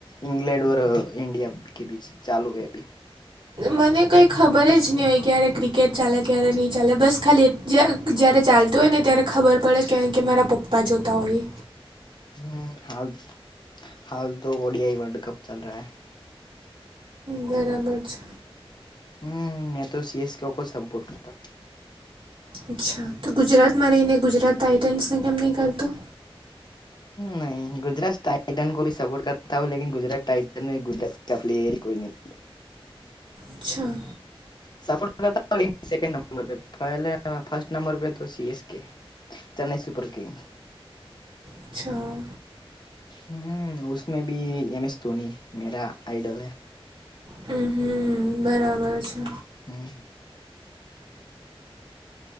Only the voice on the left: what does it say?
ઇંગ્લેન્ડ ડોર ઈન્ડિયા કે બીચ ચાલુ હૈ અભી.
હમ હાલ હાલ તો ઓડિયાઇ વર્લ્ડ કપ ચલ રહા હૈ.
હમ મેં તો સીએસ કેખ સંપોર્ટ કરતા હું.
ન ગુજરાત ટાઇટન કો ભી સપોર્ટ કરતા હો લૈકિન ગુજરાત ટાઇટન ગુજરાત આપ એર કોઈ નહી.
સપોર્ટ <inaudible> સેકન્ડ નંબરે પહેલે, ફસ્ટ નંબર પે તો C S K Chennai super king.
હમ ઉસમે ભી એમ એસ ધોની મેરા આઈડલ હૈ.
હમ.